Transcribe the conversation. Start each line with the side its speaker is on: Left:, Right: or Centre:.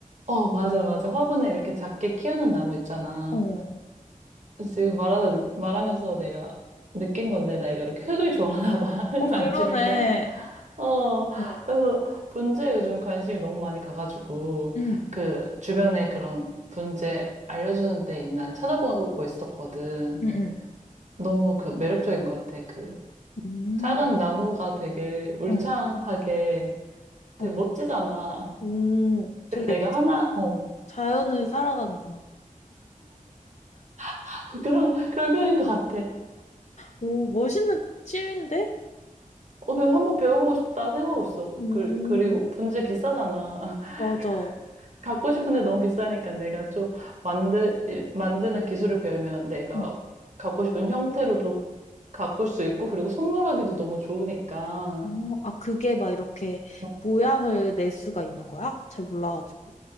Right: 어, 맞아, 맞아. 화분에 이렇게 작게 키우는 나무 있잖아.
Left: 어,
Right: 지금 말하다, 느- 말하면서 내가 느낀 건데, 내가 이렇게 흙을 좋아하나 봐. <laughs> 흙
Left: 어,
Right: 만지는
Left: 그러네.
Right: 걸. 어,
Left: 어,
Right: 그래서 분재 요즘 관심이 너무 많이 가가지고,
Left: 응,
Right: 그 주변에 그런 분재 알려주는 데 있나 찾아보고 있었거든.
Left: 응, 응.
Right: 너무 그 매력적인 것 같아. 그
Left: 음.
Right: 작은 나무가 되게 울창하게
Left: 어,
Right: 되게
Left: 어.
Right: 멋지잖아.
Left: 오, 되게
Right: 그래서 내가 하나, 어,
Left: 자연을 살아가는구나.
Right: <laughs> 그런, 그런 편인 것 같아.
Left: 오, 멋있는 취미인데?
Right: 어, 그래서 한번 배워보고 싶다 생각하고 있어.
Left: 오,
Right: 그, 그리고 분재 비싸잖아. <laughs>
Left: 맞아.
Right: 갖고 싶은데 너무 비싸니까 내가 좀 만들, 일- 만드는 기술을 배우면 내가
Left: 응.
Right: 갖고 싶은 형태로도 가꿀 수 있고, 그리고 선물하기도 너무 좋으니까.
Left: 어, 아, 그게 막 이렇게
Right: 어,
Left: 모양을 낼 수가 있는
Right: 어.
Left: 거야? 잘 몰라가지고.